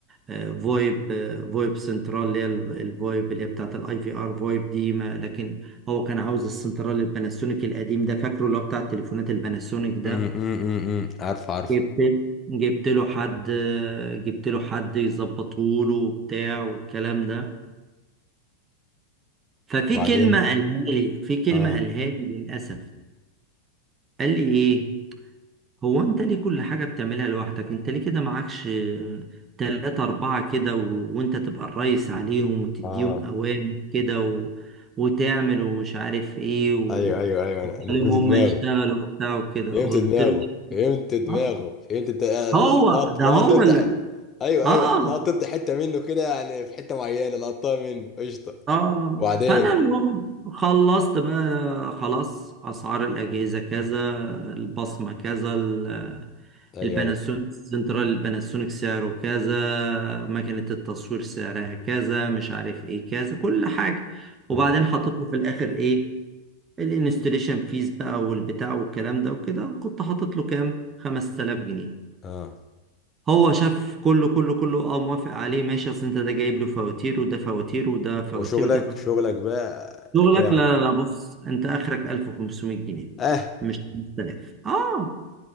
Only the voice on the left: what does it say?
امم امم امم أمم. عارف عارف
وبعدين
اه
اه
ايوه ايوه ايوه
انا أنا فهمت
دماغك
فهمت
دماغه
فهمت دماغه
فهمت انت آه،
لقط
لقط
انت
حت... ايوه
ايوه لقط انت حته منه كده يعني في حته معينه لقطتها منه قشطه
وبعدين
ايوه
ايوه
امم
اه
وشغلك
شغلك بقى
آه، كده مع-
اه